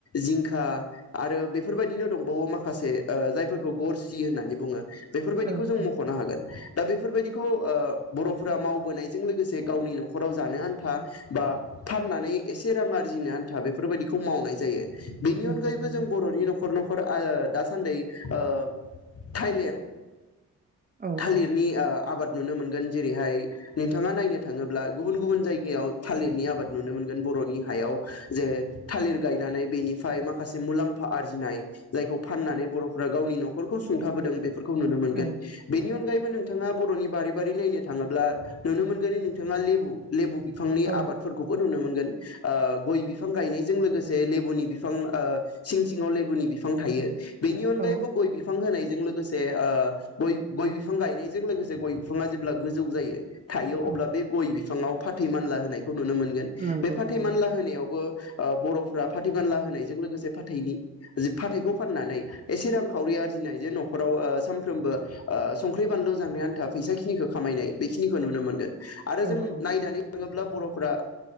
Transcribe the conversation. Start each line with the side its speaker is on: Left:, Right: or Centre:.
Left: जिंखा आरो बेफोरबायदिनो दंबावो माखासे ओ जायफोरखौ गरसि होननानै बुङो। बेफोरबायदिखौ
Right: औ
Left: जों
Right: औ
Left: मख'नो हागोन। दा बेफोरबायदिखौ ओ बर'फोरा मावबोनायजों लोगोसे गावनि न'खराव जानो आन्था बा फाननानै एसे रां आरजिनो आन्था बेफोरबायदिखौ मावनाय जायो। बेनि
Right: नंगौ
Left: अनगायैबो
Right: नंगौ
Left: जों बर'नि न'खर न'खर <inaudible> दासान्दि ओ थाइलेर
Right: औ
Left: थालिरनि
Right: औ
Left: ओ आबाद नुनो मोनगोन जेरैहाय नोंथाङा नायनो थाङोब्ला गुबुन गुबुन जायगायाव थालिरनि आबाद नुनो मोन बर'नि हायाव जे थालिर गायनानै बेनिफाय माखासे मुलाम्फा आरजिनाय जायखौ फननानै बर'फोरा गावनि न'खौ सुंथाबोदों <inaudible> नुनो मोनगोन
Right: औ
Left: बेनि अनगायै नोंथाङा बर'नि बारि बारि नायनो थाङोब्ला नुनो मोनगोन नोंथाङा लेबु लेबु <inaudible> <inaudible>
Right: औ
Left: आबादफोरखौबो नुनो मोनो ओ गय बिफां गायनायजों लोगोसे जे लेबुनि बिफां ओ सिं सिङाव लेबुनि बिफां थायो बेनि अनगायैबो
Right: औ
Left: गय बिफां होनायजों लोगोसे जे ओ गय गय बिफां गायनायजों लोगोसे गय बिफाङा जेब्ला गोजौ जायो। थायो
Right: औ
Left: अब्ला
Right: औ
Left: बे गय बि फाथै मानला होनाय खौ नुनो मोनगोन
Right: नंगौ
Left: बे फाथै
Right: नंगौ
Left: मानला होनायाव ओ बर'फ्रा फाथिमानला होनायजों लोगोसे फथैनि जि फाथैखौ फाननानै एसे रांखावरि आरजिनायजों न'ख ओ सामफ्रोमबो ओ संख्रि बानलु जानो आन्था फैसा खिनिखौ खामायनाय बेखिनिखौ नुनो मोनगोन। आरो
Right: औ
Left: जों
Right: औ
Left: नायनानै बर'फोरा